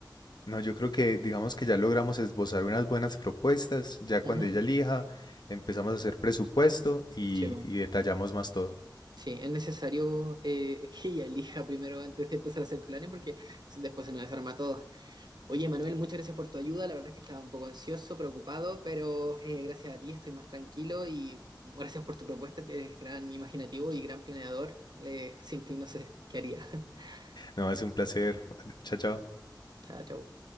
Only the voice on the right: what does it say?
Ujú.
Sí, po.
Sí, es necesario eh, que ella elija primero antes de empezar a hacer planes porque si- después se nos desarma todo. Oye, Manuel, muchas gracias por tu ayuda. La verdad es que estaba un poco ansioso, preocupado, pero eh, gracias a ti estoy más tranquilo y mm, gracias por tu propuesta. que Eres gran imaginativo y gran planeador. Le- sin ti no sé qué haría. <laughs>
Chao, chao.